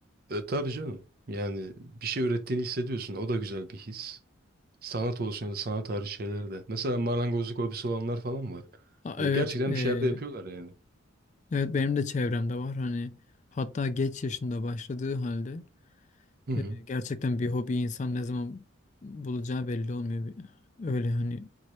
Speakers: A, on the right; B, on the left.
A: E, tabii canım. Yani bir şey ürettiğini hissediyorsun. O da güzel bir his. Sanat olsun ya da sanat tarihi şeyler de. Mesela marangozluk hobisi olanlar falan var.
B: Aa,
A: E,
B: evet
A: gerçekten
B: e,
A: bir şeyler de yapıyorlar yani.
B: evet benim de çevremde var hani hatta geç yaşında başladığı halde
A: Hı hı.
B: e, gerçekten bir hobi insan ne zaman bulacağı belli olmuyor. Bir- Öyle hani